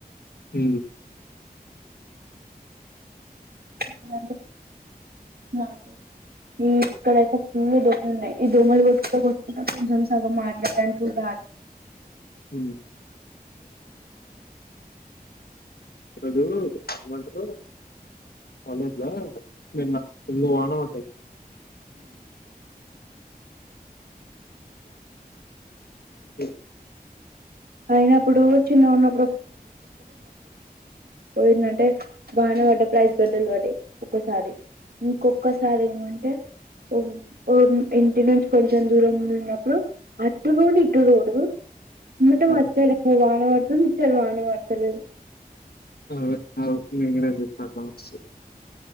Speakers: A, on the left; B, on the right.
A: హ
B: ంట నా ఈ ఇక్కడ అయితే ఫుల్ దోమలు ఉన్నయి ఈ దోమలు కొట్టుకుంట కూ ఇంక ఎక్సామ్స్ అట మా మల్ల ఇంక్రీస్ కాట్లె
A: హ్మ్ ఒక రోజు ఏమంటరు హాలిడేస్ లా నిన్న ఫుల్లు వాన పడ్డది <inaudible>
B: అయినప్పుడు చిన్నగున్నప్ పోయిందంటే వాన పడ్డ ప్రైస్ గడ్డలు పడ్డాయి ఒక్కసారి ఇంకొక్కసారి ఏమంటే ఓహ్! ఓహ్! ఇంటి నుంచి కొంచెం దూరం ఉన్నప్పుడు అటు రోడ్ ఇటు రోడ్ ఎమ్మటే మళ్ళ
A: ఆ,
B: అటు సైడ్ వానవడుతుంది. ఇన్నించలి వాన పడుతలేదు.
A: ఆ అవు నేన్ గూడ ఇప్ప బాక్స్